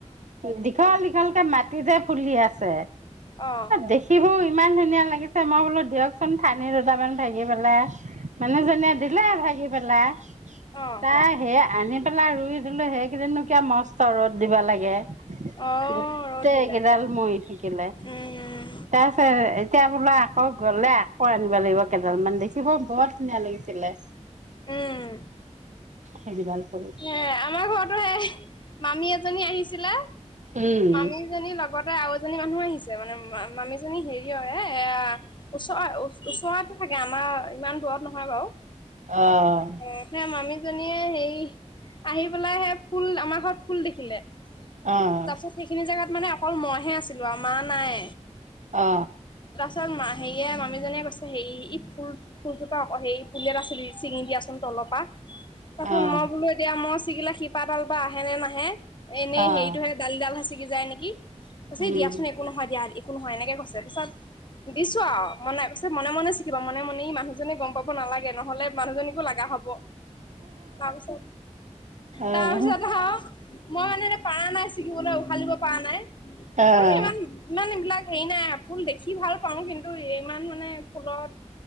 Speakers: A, on the right (about 80°); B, on the left (about 40°).
A: দীঘল দীঘলকে মাট ফুলি আছে।
B: অ।
A: দেখিবও ইমান ধুনীয়া লাগিছে মই বোলো দিয়কচোন ঠানি- মান ভাগি পেলাই। মানুহজনে দিলে ভাগি পেলে।
B: অ
A: তাই সে আনি। পেলাই ৰুই দিলো সেইকেইদিনো কিয় মস্ত ৰ'দ দিবা লাগে।
B: অ
A: গোটেইকেইডাল
B: ৰ'দ দিলে
A: মৰি থাকিলে।
B: উম
A: তাৰপিছ এতিয়া বোলা আকৌ গলে আকৌ আনিব লাগিব কেইডাল মান দেখিব বৰ ধুনীয়া লাগিব। দি ছিলে।
B: উম।
A: সেইকেইডাল। ফুল
B: হে আমাৰ ঘৰতো হেই - মামি- জনী আহিছিলে,
A: উম
B: মামীজনী লগত- ত আৰু এজনী মানুহ আহিছে মানে মামিজনী হেৰি হয়ে এ ওচ ওচৰাৰতো থাকে আমাৰ ইমান দূৰত নহয় বাৰু।
A: অ'।
B: <unintelligible> মামি জনীয়ে হেৰি- আহি পেলাইহে ফুল আমাৰ ঘৰত ফুল দেখিলে। তাৰ
A: অ',
B: পিছত সেইখিনি জাগাত মানে অকল মইহে আছে- যোৱা মা নাই।
A: অ।
B: তাৰপছত মা আহিয়ে মামীজনীয়ে কৈছে হেৰি ই ফুল ফুলযত আকৌ হে পুলট আছিল চিঙি দিয়াচোন তলৰ পৰা। তাৰছত
A: অ',
B: মই বোলো এতিয়া মই ছিগিলা শিপাডাল বা আহে নে নাহে। হে- এনে
A: অ',
B: হেই- োললা ভাি কি <unintelligible> যায় নেকি।
A: উম।
B: দিয়াচোন একো নহয় দিয়া একো নহয় এনেকে গৈছে পছত- দিছো আৰু মনে পছে মনে মনে শিকিবা মনে মনে মানুহজনী গম পাব নালাগে নহলে মানুহজনীকো লগা হ'ব। তাৰপিছত,
A: অ',
B: তাৰপিছত আহ মই মানে পাৰা নাই- চিকিবলৈ উহালিব পৰা নাই।
A: অ',
B: ইম ইমান, ‌ ইমান এইবিলাক- হেৰি না, ফুল দেখি ভাল পাওঁ, কিন্তু ৰে ইমান মানে ফুলত-